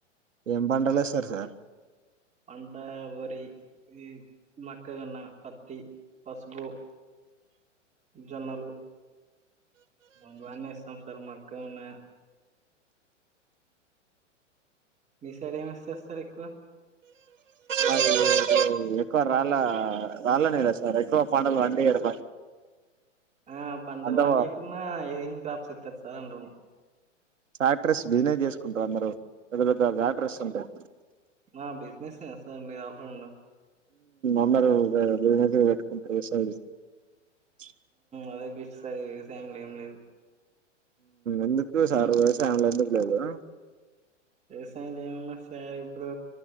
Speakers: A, on the right; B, on the right.
A: ఏం పంటలు వేస్తారు సార్
B: పంట ఒరి ఇది మొక్కజొన్న పత్తి పసుపు జొన్నలు ఇవన్నీ వేస్తాం సార్ మాకు ఇంకా ఉన్నాయా మీ సైడ్ ఏమి వేస్తారు సార్ ఎక్కువ
A: అ ఎక్కువ రాళ్ల రాళ్ల నేలలు సార్ ఎక్కువ పండలు పండియరు
B: ఆ పండవు
A: అంతా
B: పంకున్నా ఏన్ క్రాప్స్ ఇస్తారు సార్ అండము
A: ఫ్యాక్టరీస్ బిజినెస్ చేసుకుంటారు అందరు పెద్ద పెద్ద ప్రాక్టీరీస్ ఉంటాయి
B: ఆ బిజినెస్ సార్ మీరు ఆల్రౌండర్
A: అందరూ <unintelligible>
B: అదే బెస్ట్ సార్ వ్యవసాయం లో ఏం లేదు
A: ఎందుకు సార్ వ్యవసాయంలో ఎందుకు లేదు
B: వ్యవసాయ లో ఏమన్నా సార్ ఇప్పుడు